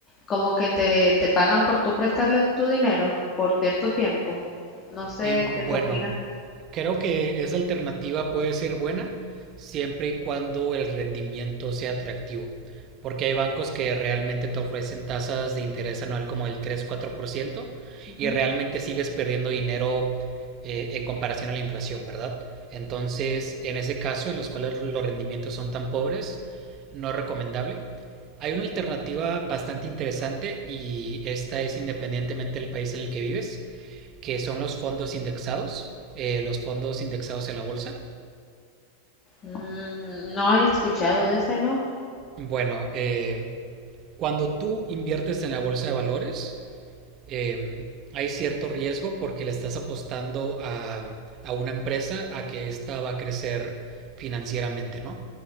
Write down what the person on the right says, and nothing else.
Eh,
bueno,
creo que esa alternativa puede ser buena siempre y cuando el rendimiento sea atractivo, porque hay bancos que realmente te ofrecen tasas de interés anual como el tres cuatro por ciento
y realmente sigues perdiendo dinero eh, en comparación a la inflación, ¿verdad? Entonces, en ese caso, en los cuales los rendimientos son tan pobres, no es recomendable. Hay una alternativa bastante interesante y esta es independientemente del país en el que vives que son los fondos indexados, eh, los fondos indexados en la bolsa.
Bueno, eh, cuando tú inviertes en la bolsa de valores, eh, hay cierto riesgo porque le estás apostando a, a una empresa a que ésta va a crecer financieramente, ¿no?